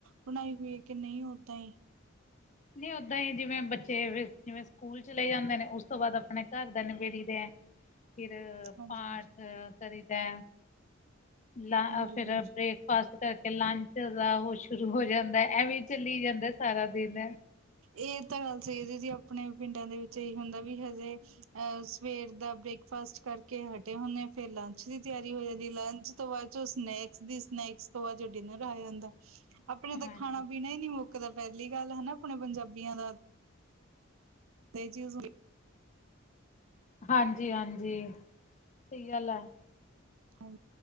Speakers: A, on the right; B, on the left.
A: ਬਣਾਈ ਹੋਈ ਹੈ ਕਿ ਨਹੀਂ ਓਦਾਂ ਹੀ।
B: ਨਹੀਂ ਓਦਾਂ ਹੀ ਜਿਵੇਂ ਬੱਚੇ ਜਿਵੇਂ ਸਕੂਲ ਚਲੇ ਜਾਂਦੇ ਨੇ ਉਸ ਤੋਂ ਬਾਅਦ ਆਪਣੇ ਘਰ ਦਾ ਨਿਵੇੜੀ ਦਾ। ਫੇਰ ਆਪਾਂ
A: ਹਾਂਜੀ
B: ਪਾਠ
A: ਹਾਂਜੀ
B: ਕਰੀਦਾ। ਲਾ ਆ
A: ਹਾਂਜੀ
B: ਐ ਫੇਰ
A: ਹਾਂਜੀ।
B: ਏਦੇ ਫਾਸਟ ਕਰਕੇ ਲੰਚ ਦਾ ਉਹ ਸ਼ੁਰੂ ਹੋ ਜਾਂਦਾ ਐਵੇਂ ਚੱਲੀ ਜਾਂਦਾ ਸਾਰਾ ਦਿਨ।
A: ਇਹ ਤਾਂ ਗੱਲ ਸਹੀ ਹੈ ਦੀਦੀ ਆਪਣੇ ਪਿੰਡਾਂ ਦੇ ਵਿੱਚ ਇਹੀ ਹੁੰਦਾ ਵੀ ਹਜੇ ਅਹ ਸਵੇਰ ਦਾ ਬ੍ਰੇਕਫਾਸਟ ਕਰਕੇ ਹਟੇ ਹੁੰਦੇ ਆ ਫੇਰ ਲੰਚ ਦੀ ਤਿਆਰੀ ਹੋ ਜਾਂਦੀ। ਲੰਚ ਉਸ ਤੋਂ ਬਾਅਦ ਚੋ ਸਨੈਕਸ ਦੀ ਸਨੈਕਸ ਤੋਂ ਬਾਅਦ ਚੋ ਡਿਨਰ ਹੋ ਆ ਜਾਂਦਾ। ਆਪਣੇ ਤਾਂ
B: ਹਾਂਜੀ
A: ਖਾਣਾ- ਪੀਣਾ ਹੀ ਨਹੀ ਮੁੱਕਦਾ ਪਹਿਲੀ ਗੱਲ ਹਨਾ ਆਪਣੇ ਪੰਜਾਬੀਆਂ ਦਾ। ਤੇ ਏ ਚੀਜ਼ ਹ
B: ਹਾਂਜੀ- ਹਾਂਜੀ ਸਹੀ ਗੱਲ ਆ।
A: ਹਾਂ,